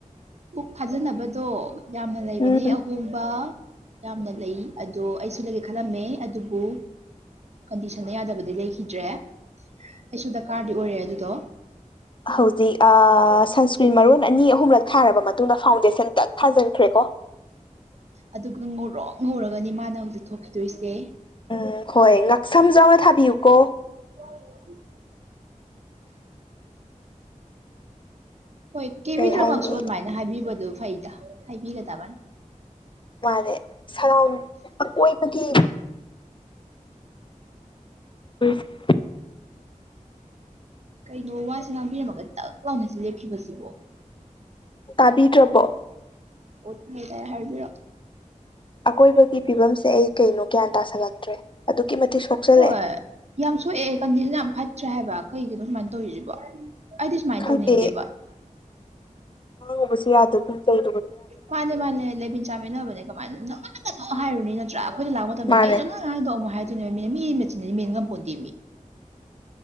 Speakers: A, on the right (about 55°); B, on the left (about 40°).
A: ꯄꯨꯛ ꯐꯥꯖꯅꯕꯗꯣ ꯌꯥꯝꯅ ꯂꯩꯕꯅꯦ
B: ꯎꯝ
A: ꯑꯍꯣꯡꯕ ꯌꯥꯝꯅ ꯂꯩ ꯑꯗꯣ ꯑꯩꯁꯨ ꯂꯩꯒꯦ ꯈꯜꯂꯝꯃꯦ ꯑꯗꯨꯕꯨ ꯀꯟꯗꯤꯁꯟꯗ ꯌꯥꯗꯕꯗꯤ ꯂꯩꯈꯤꯗ꯭ꯔꯦ ꯑꯩꯁꯨ ꯗꯀꯥ꯭ꯔꯗꯤ ꯑꯣꯏꯔꯦ ꯑꯗꯨꯗꯣ
B: ꯍꯧꯖꯤꯛ ꯁꯟꯁꯀ꯭ꯔꯤꯟ ꯃꯔꯣꯟ ꯑꯅꯤ ꯑꯍꯨꯝꯂꯛ ꯊꯥꯔꯕ ꯃꯇꯨꯡꯗ ꯐꯥꯎꯟꯗꯦꯁꯟ ꯇꯛ ꯊꯥꯖꯤꯟꯈ꯭ꯔꯦꯀꯣ
A: ꯑꯗꯨꯒ ꯉꯧꯔꯣꯛ ꯉꯧꯔꯒꯅꯤ ꯃꯥꯅ ꯍꯧꯖꯤꯛ ꯊꯣꯛꯈꯤꯗꯣꯏꯁꯦ
B: ꯎꯝ ꯍꯣꯏ ꯉꯥꯛꯁꯝꯁꯨ ꯌꯥꯎꯅ ꯊꯥꯕꯤꯌꯨꯀꯣ
A: ꯑꯣ <unintelligible> ꯍꯣꯏ ꯀꯦꯕꯤꯗ꯭ꯔꯃꯛꯁꯨ
B: ꯀꯩ ꯍꯥꯏꯅꯤ
A: ꯑꯗꯨꯃꯥꯏꯅ ꯍꯥꯏꯕꯤꯕꯗꯨ ꯐꯩꯗ ꯍꯥꯏꯕꯤꯒꯗꯕꯅꯤ
B: ꯃꯥꯅꯦ ꯁꯔꯥꯎꯟ ꯑꯀꯣꯏꯕꯒꯤ ꯎꯝ
A: ꯀꯩꯅꯣ ꯋꯥꯁꯦ ꯉꯥꯡꯕꯤꯔꯝꯃꯒ ꯇꯥꯛ ꯂꯥꯎꯅ ꯂꯦꯞꯈꯤꯕꯁꯤꯕꯣ
B: ꯇꯥꯕꯤꯗ꯭ꯔꯕꯣ
A: ꯑꯣ ꯇꯥꯢꯌꯦ ꯇꯥꯢꯌꯦ ꯍꯥꯏꯕꯤꯔꯛꯑꯣ
B: ꯑꯀꯣꯏꯕꯒꯤ ꯐꯤꯕꯝꯁꯦ ꯑꯩ ꯀꯩꯅꯣ ꯒ꯭ꯌꯥꯟ ꯇꯥꯥꯁꯜꯂꯛꯇ꯭ꯔꯦ ꯑꯗꯨꯛꯀꯤ ꯃꯇꯤꯛ ꯁꯣꯛꯆꯜꯂꯛꯑꯦ
A: ꯍꯣꯏ ꯌꯥꯝ ꯁꯣꯛꯑꯦ ꯀꯟꯗꯤꯁꯟ ꯌꯥꯝ ꯐꯠꯇ꯭ꯔꯦ ꯍꯥꯏꯕ ꯀꯩꯒꯤꯅꯣ ꯁꯨꯃꯥꯏꯅ ꯇꯧꯔꯤꯁꯤꯕꯣ ꯑꯩꯗꯤ ꯁꯨꯃꯥꯏꯅ
B: ꯈꯪꯗꯦ
A: ꯇꯧꯅꯤꯡꯗꯦꯕ
B: ꯉꯥꯡꯉꯨꯕꯁꯨ ꯌꯥꯗꯕꯒꯨꯝ ꯇꯧ
A: ꯃꯥꯅꯦ ꯃꯥꯅꯦ ꯂꯩꯃꯤꯟ ꯆꯥꯃꯤꯟꯅꯕꯅꯦ ꯀꯃꯥꯏꯅ ꯍꯥꯏꯔꯨꯅꯤ ꯅꯠꯇ꯭ꯔꯥ ꯑꯩꯈꯣꯏꯅ ꯂꯥꯛ ꯃꯇꯝꯗ
B: ꯃꯥꯅꯦ
A: ꯀꯩꯗꯅꯣ ꯍꯥꯏꯗꯣ ꯑꯃꯨꯛ ꯍꯥꯏꯗꯨꯢꯅꯦ ꯃꯤꯅ ꯃꯤ ꯃꯆꯤꯟꯁꯦ ꯃꯦꯟ ꯉꯥꯝꯄꯣꯟꯇꯦ